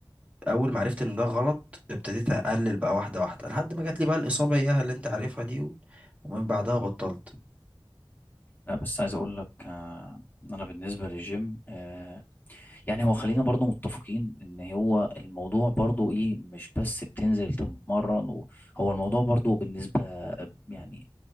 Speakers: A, on the right (about 15°); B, on the left (about 20°).
A: اول ما عرفت ان ده غلط ابتديت اقلل بقى واحدة واحدة لحد ما جات لي بقى الاصابة اياها اللي انت عارفها دي و... ومن بعدها بطلت
B: لا بس عايز اقول لك آه، إن انا بالنسبة للجيم آه، يعني هو خلينا برضو متفقين ان هو الموضوع برضو ايه مش بس بتنزل تتمرن و- هو الموضوع برضو بالنسبة يعني